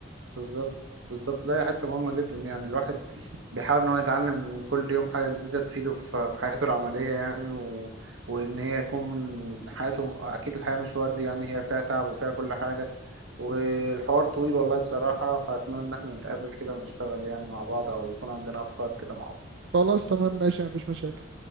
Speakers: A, on the right; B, on the right.
A: بالظبط بالظبط لا هي حتة مهمة جدا يعني الواحد بيحاول إن هو يتعلم كل يوم حاجة جديدة تفيده في في حياته العملية يعني و... وإن هي يكون حياته أكيد الحياة مش وردي يعني هي فيها تعب وفيها كل حاجة والحوار طويل والله بصراحة فأتمنى إن احنا نتقابل كده ونشتغل يعني مع بعض أو يكون عندنا أفكار كده مع بعض
B: خلاص تمام ماشي مفيش مشاكل